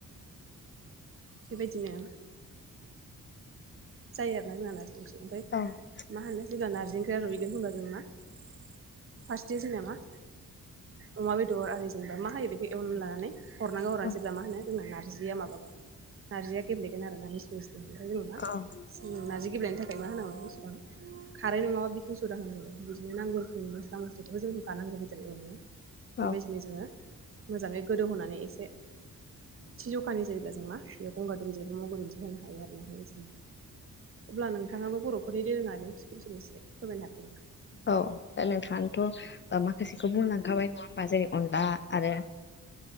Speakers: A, on the right; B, on the left.
A: बेबायदिनो जायो ना जोंहा नारजि ओंख्रि ओमफ्राय
B: <unintelligible>
A: मा होनो जेब्ला नारजि ओंख्रिया रुइगोन होनबा जों मा फार्स्टथिं जोंना मा अमा बेदर आरो जेनेबा मा होयो बेखौ एवनानै लानानै हरनांगौ हरा
B: औ
A: जेब्ला मा होनो जोंना नारजिया माबागोन नारजिया गेब्लेगोन आरो ना मिस मिस ओमफ्राय जों
B: <unintelligible>
A: थिं नारजि गेब्लेनायनि थाखाय मा होनांगौ बेसेबां खारै नङाबा बेखिनि सरा होनांगौ बिदिनो नांगौ रोखोमनि मस्ला मस्लिखौ जों होखानांगौ बेदर एवनायाव बेबायदिनो
B: औ
A: जोङो मोजाङै गोदौहोनानै एसे थि जखानि जायोब्ला जों मा बेयाव गंगार दुनदिया बा मग' दुन्दि होनो हायो आरोना बिदिनो अब्ला नोंथाङाबो बर'फोरनि दोरोङाारि ओंख्रिखौ एसे फोरमायनो हागोन ना
B: औ दा नोंथाङथ' माखासेखौ बुंलांखाबाय नङा होमबा जेरै अनला आरो